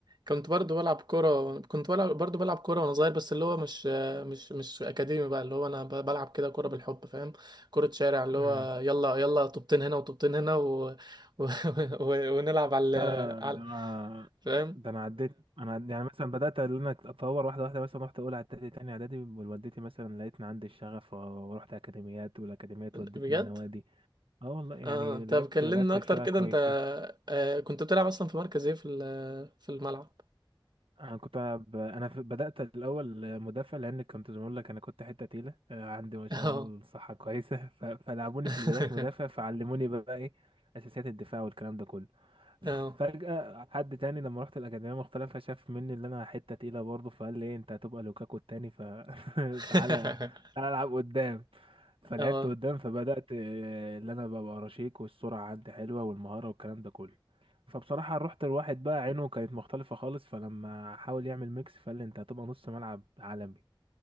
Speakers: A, on the right (about 55°); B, on the right (about 85°).
A: كنت برضو بلعب كرة كنت بلعب برضو بلعب كرة وأنا صغير بس اللي هو مش مش مش أكاديمي بقى اللي هو أنا ب- بلعب كده كرة بالحب فاهم كرة شارع اللي
B: ايه
A: هو يلا يلا طوبتين هنا وطوبتين هنا و... و... <laughs> و... ونلعب على
B: لا لا لا ده
A: على
B: انا
A: فاهم
B: ده انا عديت انا عد- يعني مثلا بدات ان انا اتطور واحده واحده مثلا رحت اولى اعدادي تاني اعدادي والدتي مثلا لقيتني عندي الشغف ورحت اكاديميات والاكاديميات
A: بجد
B: ودتني النوادي اه والله يعني
A: اه طب
B: لعبت
A: كلمنا
B: لعبت
A: أكتر
B: شويه
A: كده
B: كويسين
A: أنت آه، كنت بتلعب أصلا في مركز إيه في ال- في الملعب
B: انا كنت ألعب انا في- بدات الاول مدافع لان كنت زي ما بقول لك انا كنت حته تقيله آه، عندي ما شاء
A: اه
B: الله الصحه كويسه <laughs> ف- فلعبوني
A: <laughs>
B: في البدايات مدافع فعلموني بقى ايه اساسيات الدفاع والكلام ده كله
A: اه
B: فجأة حد تاني لما رحت الأكاديمية المختلفة شاف مني اللي أنا حتة تقيلة برضه فقال لي إيه أنت هتبقى لوكاكو التاني فتعالى
A: <laughs>
B: <laughs> تعالى تعالى ألعب قدام فلعبت
A: اه
B: قدام فبدأت آه، اللي أنا ببقى رشيق والسرعة عندي حلوة والمهارة والكلام ده كله فبصراحة رحت الواحد بقى عينه كانت مختلفة خالص فلما حاول يعمل ميكس فقال لي أنت هتبقى نص ملعب عالمي